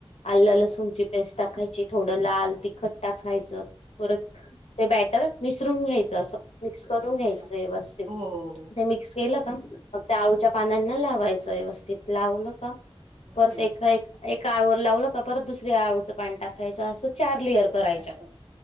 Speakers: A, on the left; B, on the right.
A: आल
B: हम्म.
A: लसूणची पेस्ट टाकायची. थोड लाल तिखट टाकाायच, परत ते बॅटर मिसरून घ्यायचं अस. मिक्स करून
B: अच्छा
A: घ्यायच व्यवस्थित
B: हो हो हो.
A: ते मिक्स केल. मग त्या आळूच्या पानांना लावायचं व्यवस्थित लावू नका
B: हम्म
A: परत
B: हम्म
A: एका एक एका आळूवर लावलं का परत दुसऱ्या आळूचं पाणी टाकायचं असं चार लिअर करायच्या
B: अच्छा